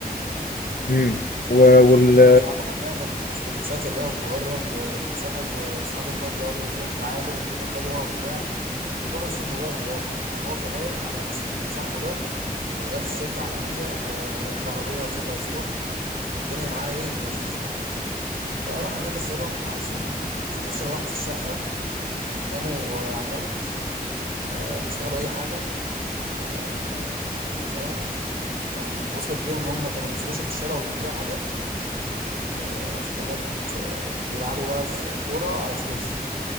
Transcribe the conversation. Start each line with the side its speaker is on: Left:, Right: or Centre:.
Left: امم و- وال
Right: بيعرفك يعني الناس اللي بتسافر بقى وتتغرب وتتساحل واصحابهم بقى اللي يقعدوا يقولوا لهم تعالوا والدنيا حلوه وبتاع يروحوا يصدموا بقى بالواقع يعني هو كان رايح على اساس ان صاحبه ده شغال في شركه عالميه وراكب عربيه 4 باي 4 والدنيا معاه ايه لذيذه فراح هناك اتصدم عايشين 15 واحد في الشقه بيناموا على الارض آه، بيشتغلوا اي حاجه آه، يعني فاهم يعني كان وصلت بيهم ان هم كانوا بيفرشوا في الشارع وبيبيعوا حاجات وفي حاجات آه، بيلعبوا بقى في كوره على فلوس